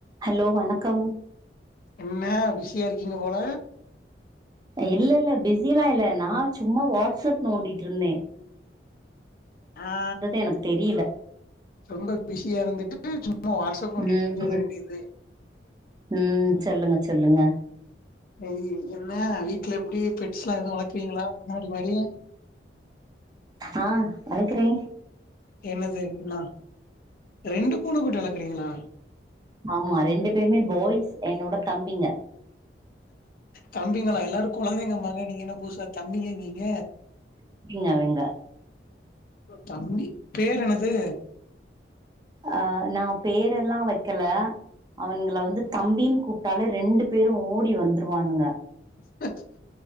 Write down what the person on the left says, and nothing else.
என்ன பிஸியா இருக்கீங்க போல
ஆ
ரொம்ப பிஸியா இருந்துட்டு சும்மா வாட்ஸ்அப் நோண்டிட்டுன்
சொல்ல
வேண்டியது
ஐ என்ன வீட்ல எப்படி பெட்ஸ்லா எதுவு வளக்குறீங்களா பூனக்ட்டி மாரி
என்னது ரெண்ட்னா ரெண்டு பூனை குட்டி வளக்குறீங்களா
தம்பிங்களா எல்லாரு குழந்தைங்கம்பாங்க நீங்க என்ன புதுசா தம்பிகங்கீங்க
தம்பி பேர் என்னது
<inaudible>